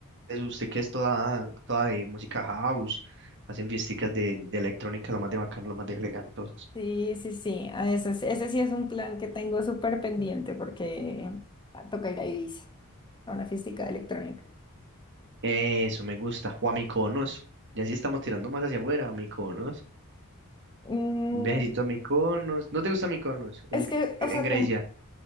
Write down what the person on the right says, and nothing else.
usted que es toda, toda de música house, hacen fiesticas de, de electrónica, lo más de bacano, lo más de elegantosos.
Eso me gusta. O a Mykonos. Ya sí estamos tirando más hacia afuera, a Mykonos.
Un viajecito a Mykonos. ¿No te gusta Mykonos?
En,
en
Grecia.